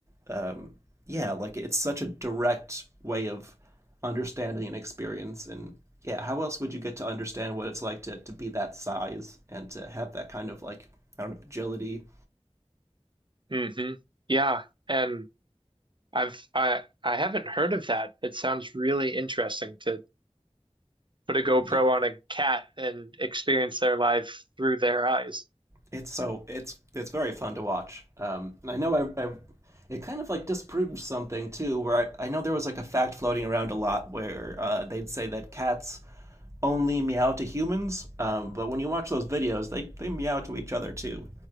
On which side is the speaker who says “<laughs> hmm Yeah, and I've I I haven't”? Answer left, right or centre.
Right